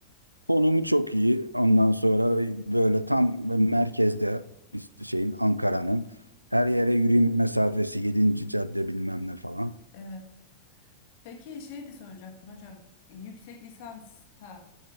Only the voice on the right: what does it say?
Konumu çok iyi. Ondan sonra böyle tam merkezde işte şeyin Ankara'nın her yere yürüyme mesafesi yedinci cadde bilmem ne falan.